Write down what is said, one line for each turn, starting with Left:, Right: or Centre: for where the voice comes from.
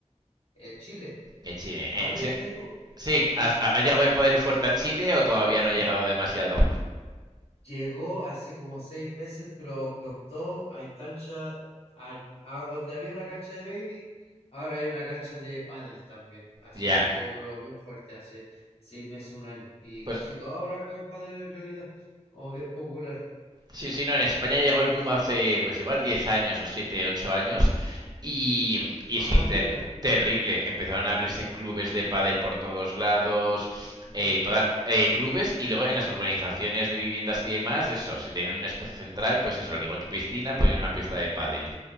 Left: Eh, Chile,
Right: En Chile. En
Left: Padel
Right: Chi-
Left: me dijo,
Right: Sí, ¿ha, ha llegado el poder fuerte a Chile o todavía no ha llegado demasiado?
Left: llegó hace como seis meses, pero contó, hay cancha, a, a donde había una cancha de baby, ahora hay una cancha de pádel también. Así
Right: Ya.
Left: llegó, pero bien fuerte, hace seis meses, un año. Y
Right: Pues
Left: casi todos ahora juegan pádel en realidad, como bien popular.
Right: Sí, sí, no, en España llegó el boom hace, pues igual 10 años o 7, 8 años y, y
Left: Ah,
Right: sí, te-
Left: mira,
Right: terrible. Empezaron a abrirse clubes de pádel por todos lados,
Left: por
Right: eh,
Left: eso,
Right: toda- eh, clubes y luego en las urbanizaciones de viviendas y demás, eso, si tienen un espacio central, pues eso, al igual que piscina, ponían una pista de pádel.